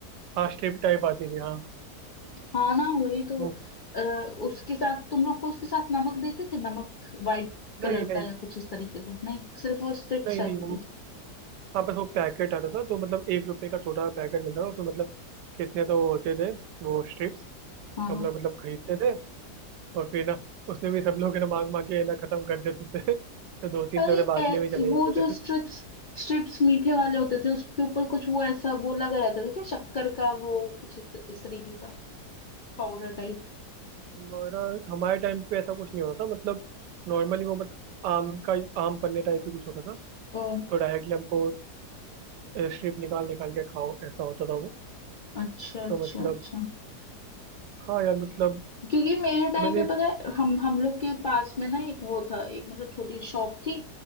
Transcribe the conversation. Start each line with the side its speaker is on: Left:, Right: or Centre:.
Right: हाँ स्ट्रिप टाइप आती थी हाँ
Left: हाँ ना वही तो
Right: वो
Left: अ, उसके साथ तुम लोग को उसके साथ नमक देते थे नमक वाइट कलर
Right: नहीं
Left: का
Right: नहीं
Left: या कुछ इस तरीके का नहीं सिर्फ वो स्ट्रिप्स
Right: नहीं
Left: रहती
Right: नहीं वो
Left: थी
Right: हाँ बस वो पैकेट आता था तो मतलब एक रुपए का छोटा सा पैकेट मिलता था उसमें मतलब कितने तो वो होते थे वो स्ट्रिप्स
Left: हाँ
Right: तो
Left: हाँ।"
Right: हम लोग मतलब खरीदते थे और फिर ना उसमें भी सब लोग है ना मांग मांग के है ना खत्म कर देते थे <laughs> तो दो तीन
Left: अरे
Right: तो है ना बांटने
Left: ए,
Right: में चले जाते
Left: वो जो
Right: थे
Left: स्ट्रिप्स स्ट्रिप्स मीठे वाले होते थे उसके ऊपर कुछ वो ऐसा वो लगा रहता था क्या शक्कर का वो कुछ इस इस तरीके का पाउडर टाइप
Right: हमारा हमारे टाइम पे ऐसा कुछ नहीं होता था मतलब नॉर्मली वो मतलब आम का आम पन्ने टाइप ही कुछ होता था
Left: ओ
Right: तो डायरेक्टली हमको स्ट्रिप निकाल निकाल के खाओ ऐसा होता था वो
Left: अच्छा अच्छा
Right: तो मतलब
Left: अच्छा
Right: हाँ यार मतलब
Left: क्योंकि मेरे टाइम
Right: मैंने
Left: पे पता है हम हम लोग के पास में ना एक वो था एक मतलब छोटी शॉप थी